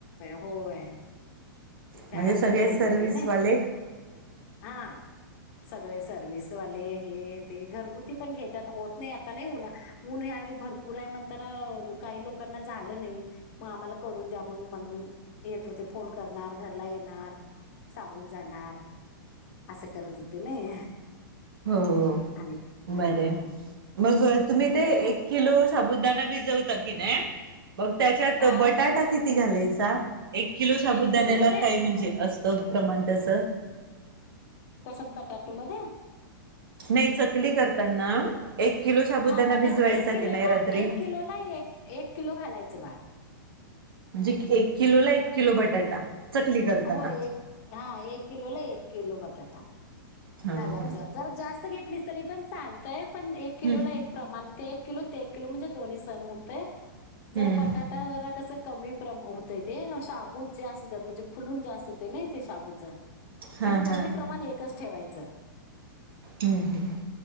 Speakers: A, on the left; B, on the right.
A: होय. त्यामुळ
B: म्हणजे सगळे
A: हे
B: सर्विसवाले
A: होत ना, हा सगळे सर्विस वाले हे ते घरगुती पण घेत्यात, होत नाही आता नाही होना ऊन ह्यावेळी भरपूर आहे, म्हणताना काही लोकांना झालं नही, म आम्हाला करून द्या म्हण म्हणून येत होते फोन करणार घरला येणार सांगून जाणार. असं करत होते नाही
B: हो हो
A: आणि ह
B: बर मग तुम्ही ते एक किलो साबुदाना भिजवता की नाही. मग त्याच्यात
A: हा
B: बटाटा किती किती घालायचा. एक किलो शाबूदाण्याला
A: एक किलो मध्ये
B: काय म्हणजे अस सम प्रमाण त्याच.
A: कश्यात बटाटू मध्ये
B: नाही चकली करताना एक किलो साबुदाना
A: हा बटाट
B: भिजवायच
A: एक किलोला
B: की नाही रात्री
A: एक किलोला एक एक किलो घालायचं बाळ
B: म्हजे एक किलो ला, एक किलो बटाटा चकली करताना
A: हो एक, हा एक किलोला, एक किलो बटा टा!
B: हा
A: घालायचं
B: हा
A: जरा जास्त घेत लीच तरी पण चालतय. पण एक किलोला,
B: हम्म
A: एक प्रमाण ते किलो ते एक किलो, म्हणजे दोन्ही सम होतय जरा
B: हम्म
A: बटाटा, जरा कस कमी प्रम होतय ते शाबू जे असतात, म्हणजे फुलून जास्त होते नाइ ते शाबूच.
B: हा
A: पण दोन्ही
B: हा
A: प्रमाण एकच. ठेवाय च.
B: हम्म हम्म